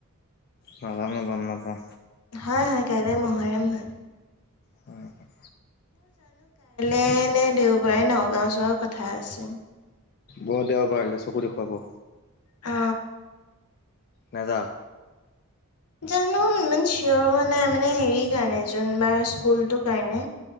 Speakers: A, on the left (about 45°); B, on the left (about 90°).
A: নাজানো গম নাপাও।
B: হয় হয় কাইলৈ মহাৰম হয়।
A: হয়, হয়।
B: এনে দেওবাৰে নগাঁও যোৱাৰ কথা আছে।
A: ব দেওবাৰলে চকু দেখুৱাব।
B: অ।
A: নাযাওঁ।
B: জানো ইমান চিয়ৰ হোৱা নাই মানে হেৰি কাৰণে যোনবা স্কুলটোৰ কাৰণে